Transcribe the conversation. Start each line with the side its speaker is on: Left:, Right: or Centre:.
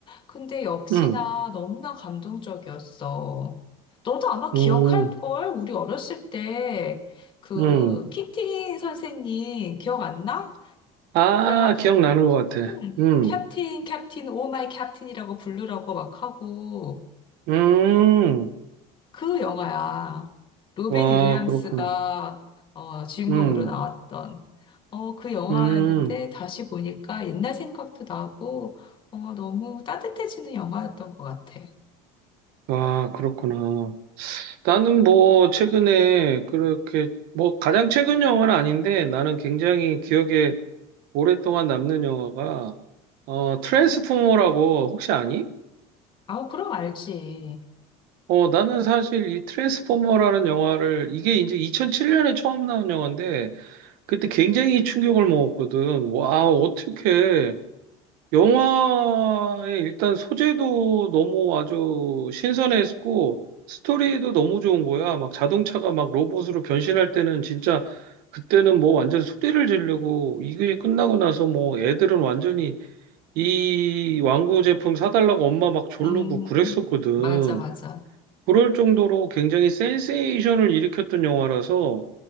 Left: 근데 역시나
Right: 음,
Left: 너무나 감동적이었어. 너도 아마 기억할걸?
Right: 음, 음.
Left: 우리 어렸을 때 그
Right: 음.
Left: 키팅 선생님 기억 안 나?
Right: 아,
Left: 그래가지고
Right: 기억나는 것 같아.
Left: 음,
Right: 음,
Left: 캡틴 캡틴 오 마이 캡틴이라고 부르라고 막 하고
Right: 음.
Left: 그 영화야. 로빈
Right: 와,
Left: 윌리엄스가
Right: 그렇구나.
Left: 어, 주인공으로
Right: 음,
Left: 나왔던 어, 그 영화였는데
Right: 음.
Left: 다시 보니까 옛날 생각도 나고 어, 너무 따뜻해지는 영화였던 것 같아.
Right: 와, 그렇구나. 나는 뭐, 최근에 그렇게, 뭐, 가장 최근 영화는 아닌데, 나는 굉장히 기억에 오랫동안 남는 영화가, 어, 트랜스포머라고, 혹시 아니?
Left: 아, 그럼 알지.
Right: 어, 나는 사실 이 트랜스포머라는 영화를, 이게 이제 2007년에 처음 나온 영화인데, 그때 굉장히 충격을 먹었거든. 와, 어떻게. 영화의 일단 소재도 너무 아주 신선했고, 스토리도 너무 좋은 거야. 막 자동차가 막 로봇으로 변신할 때는 진짜, 그때는 뭐 완전 소리를 지르고, 이게 끝나고 나서 뭐 애들은 완전히 이 완구 제품 사달라고 엄마 막 졸르고
Left: 음,
Right: 그랬었거든.
Left: 맞아, 맞아.
Right: 그럴 정도로 굉장히 센세이션을 일으켰던 영화라서